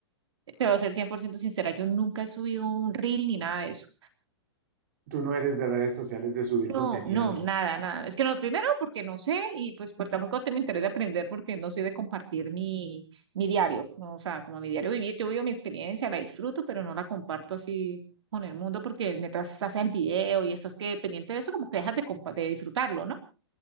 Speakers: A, on the right; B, on the right.
A: te voy a ser 100% sincera, yo nunca he subido un reel ni nada de eso.
B: tú no eres de redes sociales de subir contenido
A: No, no,
B: ni
A: nada,
B: nada. de eso.
A: nada. Es que no, primero porque no sé y pues por tampoco tengo interés de aprender porque no soy de compartir mi, mi diario, ¿no? O sea, como mi diario vivir, yo vivo mi experiencia, la disfruto, pero no la comparto así con el mundo porque mientras haces el video y estás que pendiente de eso, como que dejas de, compa- de disfrutarlo, ¿no?